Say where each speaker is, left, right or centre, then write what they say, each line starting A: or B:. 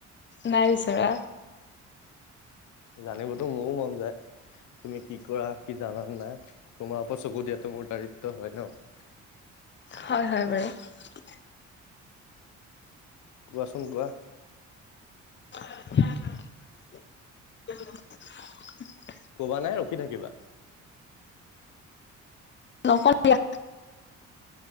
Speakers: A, on the left (about 40°); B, on the left (about 75°).
A: নাই বিচৰা।
B: জানিবতো মোৰও মন যায়। তুমি কি কৰা কি জানা নাই তোমাৰ ওপৰত চকু দিয়াতটো মোৰ দাৰিত্ব হয় ন। <unintelligible>
A: হয় হয় বাৰু।
B: কোৱাচোন কোৱা।
A: <unintelligible>
B: কবা নাই ৰখি থাকিবা।
A: নকওঁ দিয়া।